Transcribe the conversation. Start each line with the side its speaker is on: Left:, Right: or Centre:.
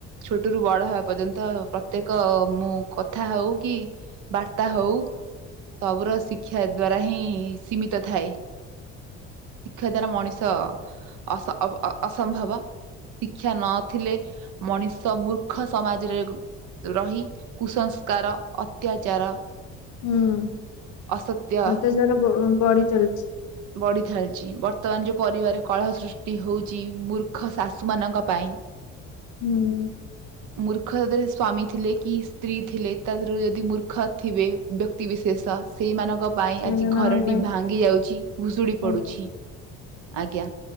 Right: ଛୋଟୋରୁୁ ବଡ ହେବା ପର୍ଯ୍ୟନ୍ତ ପ୍ରତ୍ୟେକ ମୁଁ କଥା ହୋଉ କି ବାର୍ତ୍ତା ହୋଉ। ସବୁର ଶିକ୍ଷା ଦ୍ଵାରା ହିଁ ସୀମିତ ଥାଏ। ଶିକ୍ଷା ଦ୍ଵାରା ମଣିଷ ଅସ ଅବ ଅ ଅସମ୍ଭବ। ଶିକ୍ଷା ନଥିଲେ ମଣିଷ ମୂର୍ଖ ସମାଜରେ ରହି। କୁସଂସ୍କାର ଅତ୍ୟାଚାର
Left: ହୁଁ
Right: ଅସତ୍ୟ
Left: ଅତ୍ୟାଚାର ବ ବଢ଼ି ଚାଲଛି।
Right: ବଢିଥାଲଚି ବର୍ତ୍ତମାନ ଯୋଉ ପରିବାରେ କଳହ ସୃଷ୍ଟି ହୋଉଚି ମୂର୍ଖ ଶାଶୁ ମାନଙ୍କ ପାଇଁ।
Left: ହୁଁ।
Right: ମୂର୍ଖ ସେଥିରେ ସ୍ଵାମୀ ଥିଲେ କି ସ୍ତ୍ରୀ ଥିଲେ ତାଦେହରୁ ଯଦି ମୂର୍ଖ ଥିବେ ବ୍ୟକ୍ତ ବିଶେଷ ସେଇମାନଙ୍କ ପାଇଁ
Left: ଝିଅମାନଙ୍କ
Right: ଆଜି ଘରଟି
Left: ପାଇଁ
Right: ଭାଙ୍ଗି ଯାଉଛି ଭୁଷୁଡି ପଡୁଛି
Left: ଆଜ୍ଞା
Right: ଆଜ୍ଞା।